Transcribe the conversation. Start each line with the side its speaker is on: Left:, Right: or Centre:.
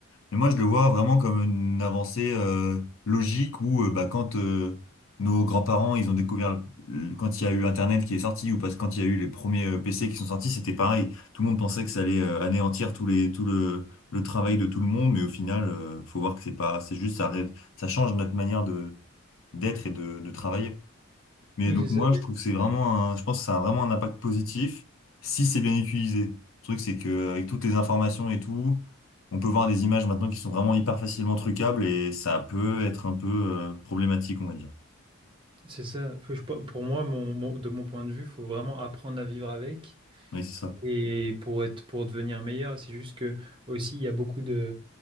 Left: Et moi, je le vois vraiment comme une avancée euh, logique où euh, bah, quand euh, nos grands-parents, ils ont découvert, le- le- quand il y a eu Internet qui est sorti, ou parce que quand il y a eu les premiers euh, PC qui sont sortis, c'était pareil. Tout le monde pensait que ça allait euh, anéantir tous les, tout le, le travail de tout le monde, mais au final, euh, faut voir que c'est pas, c'est juste, ça, ré- ça change notre manière de d'être et de, de travailler. Mais
Right: Oui,
Left: donc
Right: c'est ça.
Left: moi, je trouve que c'est vraiment un, je pense que ça a vraiment un impact positif si c'est bien utilisé. Le truc, c'est que avec toutes les informations et tout, on peut voir des images maintenant qui sont vraiment hyper facilement trucables et ça peut être un peu euh, problématique, on va dire.
Right: C'est ça. Faut- je- Pour moi, mon, mon- de mon point de vue, il faut vraiment apprendre à vivre avec.
Left: Oui, c'est ça.
Right: Et pour être, pour devenir meilleur, c'est juste que aussi, il y a beaucoup de,